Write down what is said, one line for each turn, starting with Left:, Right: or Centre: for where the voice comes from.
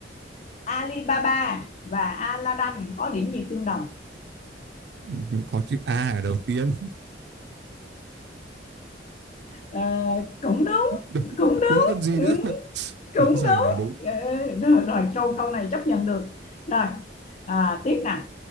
Left: Alibaba và Aladdin có điểm gì tương đồng
Right: Ừ, Có chữ A ở đầu tiên. <laughs>
Left: ờ, cũng đúng
Right: Đúng,
Left: cũng đúng
Right: đúng còn gì
Left: ừ,
Right: nữa.
Left: cũng
Right: Rõ ràng
Left: đúng
Right: là đúng.
Left: ừ, rồi, rồi câu câu này chấp nhận được rồi à, tiếp nè